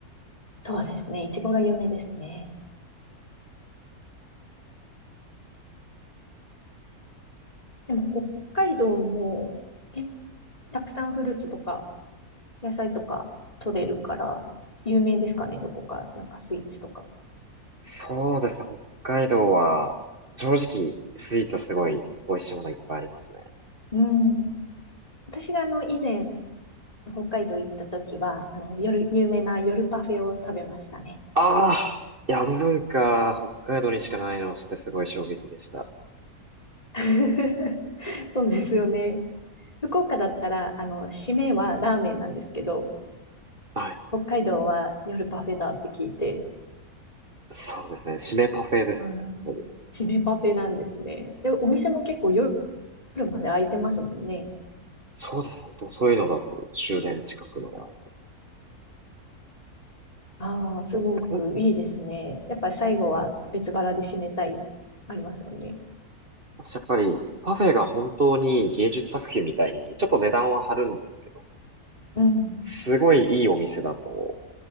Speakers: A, on the left; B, on the right.
A: そうですね。いちごが有名ですね。でも北海道もけたくさんフルーツとか野菜とか取れるから有名ですかね、どこか、なんかスイーツとか。
B: そうですね、北海道は、正直、スイーツはすごい美味しいものいっぱいありますね。
A: うん。私があの以前北海道行った時は、あの夜、有名な夜パフェを食べましたね。
B: ああ、いや、あの文化、北海道にしかないのを知ってすごい衝撃でした。
A: <laughs> そうですよね。福岡だったら、あの、締めはラーメンなんですけど、
B: はい。
A: 北海道は夜パフェだって聞いて、
B: そうですね。締めパフェですね。
A: うん、
B: それで、
A: 締めパフェなんですね。で、お店も結構夜まで開いてますもんね。
B: そうです。本当そういうのだと終電近くまで空いてて。
A: ああ、すごくいいですね。
B: ほん、
A: やっぱり最後は別腹で締めたい、ありますよね。
B: 私やっぱり、パフェが本当に芸術作品みたいに、ちょっと値段は張るんですけど、
A: うん。
B: すごいいいお店だと、